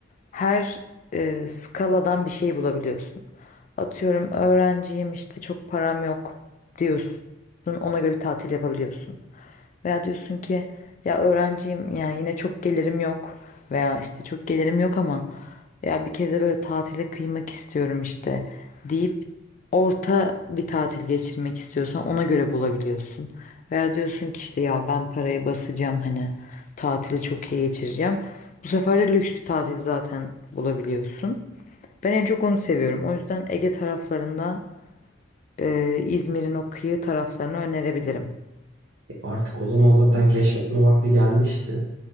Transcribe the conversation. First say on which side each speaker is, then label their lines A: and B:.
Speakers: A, on the left (about 40°); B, on the right (about 65°).
A: Her e, skaladan bir şey bulabiliyorsun. Atıyorum öğrenciyim işte çok param yok diyorsun. Ona göre bir tatil yapabiliyorsun. Veya diyorsun ki ya öğrenciyim yani yine çok gelirim yok veya işte çok gelirim yok ama ya bir kere de böyle tatile kıymak istiyorum işte deyip orta bir tatil geçirmek istiyorsan ona göre bulabiliyorsun. Veya diyorsun ki işte ya ben parayı basacağım hani tatili çok iyi geçireceğim. Bu sefer de lüks bir tatil zaten bulabiliyorsun. Ben en çok onu seviyorum. O yüzden Ege taraflarında e, İzmir'in o kıyı taraflarını önerebilirim.
B: Artık o zaman zaten keşfetme vakti gelmişti.